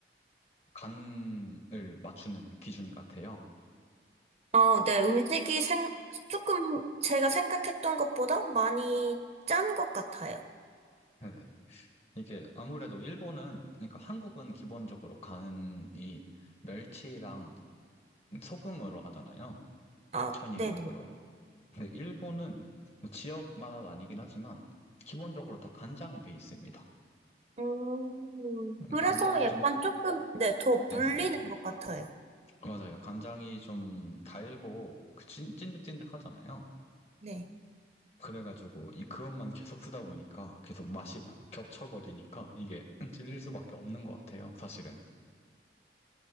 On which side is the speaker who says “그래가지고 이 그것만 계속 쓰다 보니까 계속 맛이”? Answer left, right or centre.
Left